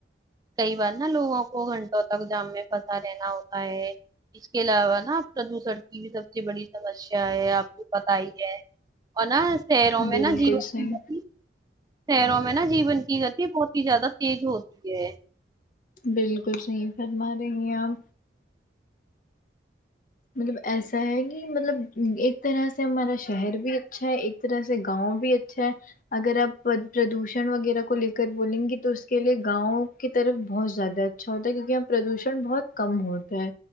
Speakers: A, on the right; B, on the left.
A: کئی بار نا لوگوں کو گھنٹوں تک جام میں پھنسا رہنا ہوتا ہے اس کے علاوہ نا پردوشن کی بھی سب سے بڑی سمسیا ہے آپ کو بتائی ہے اور نا شہروں میں
B: بالکل
A: نا جیون کی
B: صحیح
A: گتی شہروں میں نا جیون کی گتی بہت ہی زیادہ تیز ہوتی ہے
B: بالکل صحیح فرما رہی ہیں آپ مطلب ایسا ہے کی مطلب ایک طرح سے ہمارا شہر بھی اچھا ہے ایک طرح سے گاؤں بھی اچھا ہے اگر آپ پردوشن وغیرہ کو لے کر بولیں گی تو اس کے لیے گاؤں کی طرف بہت زیادہ اچھا ہوتا ہے کیونکہ یہاں پردوشن بہت کم ہوتا ہے